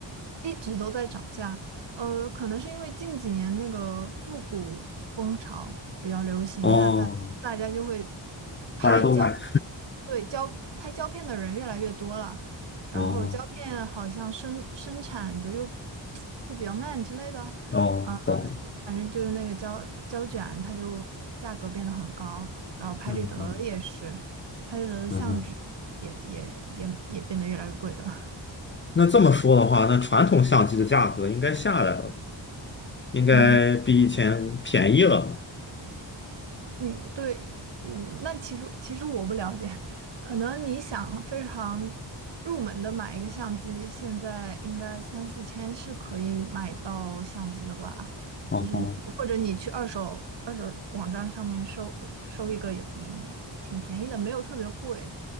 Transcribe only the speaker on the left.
哦，
大家都买，
哦
哦，
懂了，
嗯嗯
嗯哼。那这么说的话，那传统相机的价格应该下来了吧？应该比以前便宜了吧？
哦哦